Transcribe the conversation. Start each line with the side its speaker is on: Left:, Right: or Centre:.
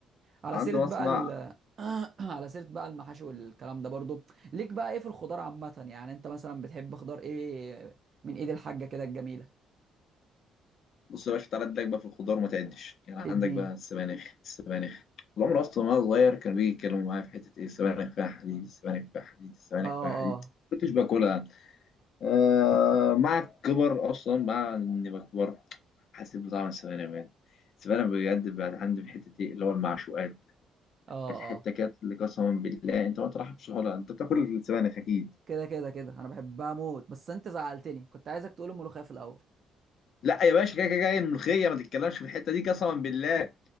Right: على
Left: عنده
Right: سيره بقى
Left: مصنع
Right: ال... <clears throat> على سيره بقى المحاشي والكلام ده برضو ليك بقى ايه في الخضار عامه يعني انت مثلا بتحب خضار ايه من ايد الحاجه كده الجميله
Left: بص يا باشا تعالى اديلك بقى في الخضار وما تعدش يعني
Right: اديني
Left: عندك بقى السبانخ السبانخ العمر اصلا وانا صغير كانوا بيجي يتكلموا معايا في حتة ايه السبانخ فيها حديد السبانخ فيها حديد السبانخ
Right: اه
Left: فيها حديد
Right: اه
Left: كنتش باكلها آه مع الكبر اصلا مع اني بكبر حسيت بطعم السبانخ بجد السبانخ بجد بعد عندي في حته ايه اللي هو المعشوقات
Right: اه
Left: الحته
Right: اه
Left: كانت اللي قسما بالله انت ما تروحش بسهوله انت بتاكل السبانخ اكيد
Right: كده كده كده انا بحبها موت بس انت زعلتني كنت عايزك تقول الملوخيه في الاول
Left: لا يا باشا كده كده جاي الملوخيه ما تتكلمش في الحته دي قسما بالله